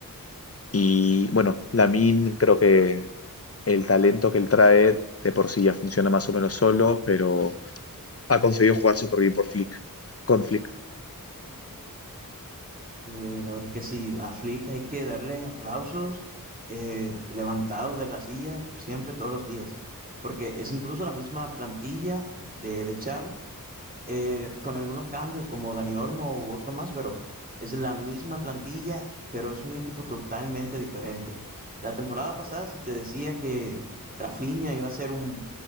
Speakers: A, on the left (about 40°); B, on the right (about 25°).
A: Y bueno, Lamin creo que el talento que él trae de por sí ya funciona más o menos solo, pero ha conseguido jugar súper bien por Flick, con Flick.
B: Eh, la verdad es que sí, a Flick hay que darle aplausos eh, levantados de la silla siempre, todos los días, porque es incluso la misma plantilla de, de Xavi, eh, con algunos cambios como Dani Olmo u otro más, pero es la misma plantilla, pero es un equipo totalmente diferente. La temporada pasada, si te decía que Rafinha iba a ser un